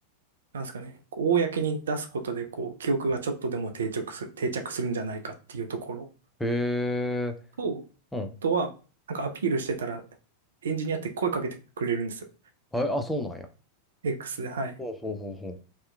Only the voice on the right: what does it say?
なんですかね、こう公に出すことで、こう、記憶がちょっとでも定着す、る定着するんじゃないかっていうところ
と、
あとは、なんかアピールしてたら、エンジニアって声かけてくれるんですよ。
X で、はい。